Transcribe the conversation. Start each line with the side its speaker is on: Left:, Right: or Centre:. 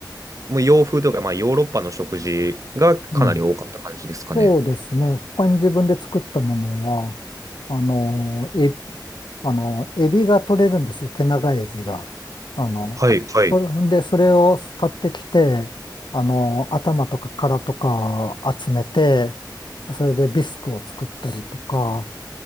Right: もう洋風というか、まあ、ヨーロッパの食事がかなり多かった感じですかね。
Left: うんそうですね。他に自分で作ったものは、あの、え、あの、エビが取れるんですよ。手長エビが。あの、
Right: はい、はい。
Left: それで、それを買ってきて、あの、頭とか殻とか集めて、それでビスクを作ったりとか、